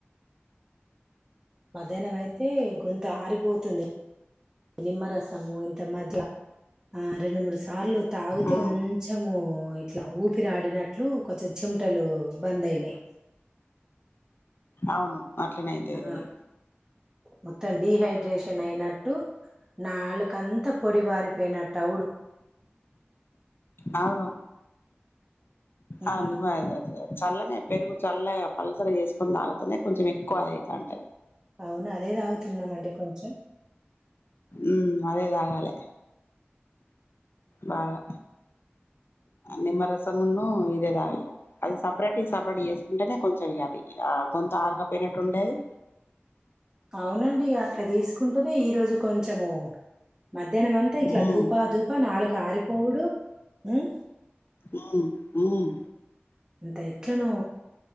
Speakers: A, on the right; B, on the left.
A: మధ్యాహ్నం అయితే గొంతారిపోతుంది నిమ్మరసము ఇంత మజ్గా ఆ రెండు మూడు సార్లు తాగితే
B: ఉమ్
A: కొంచెము ఇట్లా ఊపిరాడినట్లు కొంచెం చెమటలు బంద్ అయినాయ్
B: అవును అట్లనే అయితయి
A: ఆ
B: అవి
A: మొత్తం డీహైడ్రేషన్ అయిన ట్టు నాలుకంత పొడి బారిపోయిన తౌడు
B: అవును
A: హ్మ్.
B: ఆ నిమయజ జే చల్లనే పెరుగు చల్లగా పల్సగా చేసుకొని తాగుతనే కొంచెం ఎక్కువ అది అయితాంది
A: అవునా అదే తాగుతున్నాం అండి కొంచెం
B: ఉ అదే తాగాలే బాగా నిమ్మరసమున్ను ఇదే తాగాలే అది సపరేట్ ఇది సపరేట్ చేసుకుంటేనే కొంచెం ఇగ అది ఆ గొంతు ఆరకపోయినట్టు ఉండేది
A: అవునండి అట్లా తీసుకుంటూనే ఈ రోజు కొంచము మధ్యాహ్నంమంతా ఇట్లా
B: ఉమ్
A: దూపా దూపా నాలుక ఆరిపో పోవుడు ఉ
B: ఉమ్ ఉమ్
A: అంత ఎట్లనో